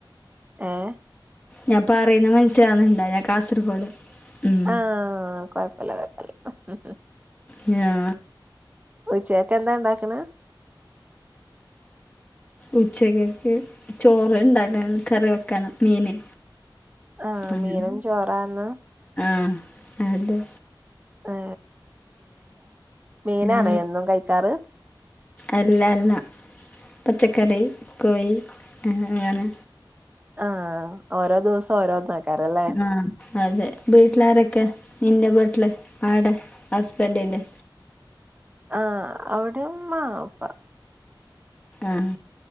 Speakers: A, on the right; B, on the left.
A: ഏഹ്
B: ഞാൻ പറയുന്നത് മനസ്സിലാന്നുണ്ടോ ഞാൻ കാസർഗോഡ് ഉം
A: ആഹ കൊയപ്പില്ല കൊയപ്പില്ല
B: ഹ് ആ
A: ഉചേക്ക്ന്താ ഇണ്ടാക്ക്ണ്
B: ഉച്ചക്കെക്ക് ചോറ് ഉണ്ടാക്കണം കറി വെക്കണം മീന്
A: ആഹ
B: അങ്ങനെ
A: മീനും ചോറാന്ന്
B: ആ അതെ
A: ഏ മീനാണ്
B: ആ,
A: എന്നും കഴിക്കാറ്
B: അല്ല അല്ല പച്ചക്കറി കോയി അങ്ങനെ
A: ആഹ ഓരോ ദിവസം ഓരോ നോക്കാല്ലേ
B: ആ അതെ വീട്ടിലാരൊക്കെ നിന്റെ വീട്ടില് ആടെ ഹസ്ബൻറിന്റെ
A: ആഹ് അവിടെ ഉമ്മ ഉപ്പ
B: ആഹ